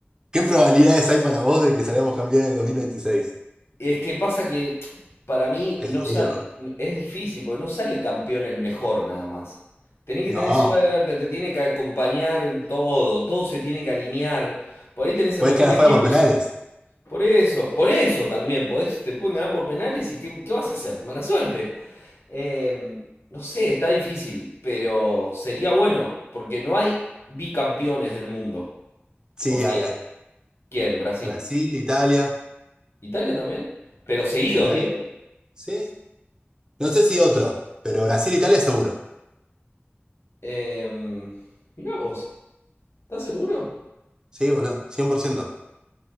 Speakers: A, on the right; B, on the left.
A: ¿Qué probabilidades hay para vos de que salgamos campeón en el 2026?
B: Es que pasa que para mí
A: Es
B: no
A: jodido.
B: sale, es difícil, porque no sale campeón el mejor nada más. Tenés que
A: No,
B: tener
A: No.
B: suerte, te tiene que acompañar en todo, todo se tiene que alinear. Por ahí tenés el
A: podés
B: mejor
A: quedar afuera
B: equipo,
A: por penales.
B: y s- por eso, por eso también, podés, te pueden ganar por penales y ¿qué, qué vas a hacer? Mala suerte. Eh, no sé, está difícil, pero sería bueno, porque no hay bicampeones del mundo.
A: Sí,
B: O sea,
A: hay, hay.
B: ¿quién? Brasil.
A: Brasil, Italia.
B: ¿Italia también? Pero seguidos,
A: ¿Italia?
B: digo. ¿eh?
A: Sí. No sé si otro, pero Brasil, Italia seguro.
B: Em, mirá vos, ¿estás seguro?
A: Sí, boludo, cien por ciento